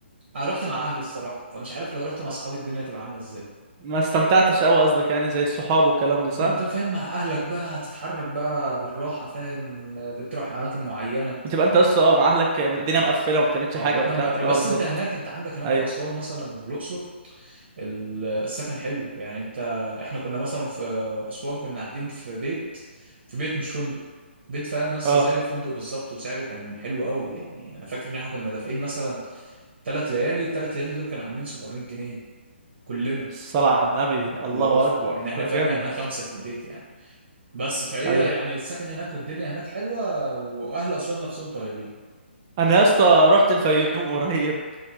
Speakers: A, on the right (about 60°); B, on the right (about 20°).
A: انا رحت مع اهلي الصراحه فمش عارف لو رحت مع صحابي الدنيا هتبقى عامله ازاي
B: ما استمتعتش قوي قصدك يعني زي الصحاب والكلام ده صح
A: ما انت فاهم مع اهلك بقى هتتحرك بقى بالراحه فاهم بتروح اماكن معينه
B: بتبقى انت يا اسطى اه مع اهلك الدنيا مقفلة وما بتعملش
A: اه
B: حاجة
A: بتنام
B: وبتاع
A: بدري
B: اه
A: بس
B: بالظبط
A: انت هناك انت عندك هناك
B: ايوه
A: في اسوان مثلا والاقصر ال- آه، السكن حلو يعني انت احنا كنا مثلا في اسوان كنا قاعدين في بيت في بيت مش فندق بيت فاهم يس
B: اه
A: زي الفندق بالظبط وسعره كان حلو قوي يعني انا فاكر ان احنا كنا دافعين مثلا ثلاث ليالي الثلاث ليالي دول كانوا عاملين 700 جنيه كلنا
B: الصلاة على النبي الله
A: اللي هو ف-
B: أكبر
A: ان احنا
B: ده
A: فاهم
B: جامد
A: احنا خمسه في البيت يعني بس فهي
B: أيوه
A: يعني السكن هناك والدنيا هناك حلوة وأهل أسوان نفسهم طيبين
B: أنا يا اسطى رحت الفيوم <laughs> قريب